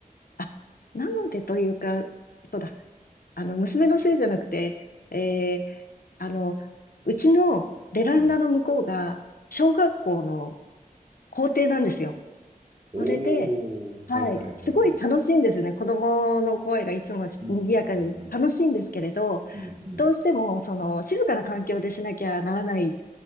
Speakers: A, on the left (about 75°); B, on the right (about 35°).
A: あ、なのでというか、そうだ、あの、娘のせいじゃなくて、えーあの、うちのベランダの向こうが、
B: うん。
A: 小学校の校庭なんですよ。
B: おおはいはいはいはい。
A: それで、はい、すごい楽しいんですね。子供の声がいつも賑やかで楽しいんですけれど、
B: うんうんうんうん。うんうん。
A: どうしても、その、静かな環境でしなきゃならない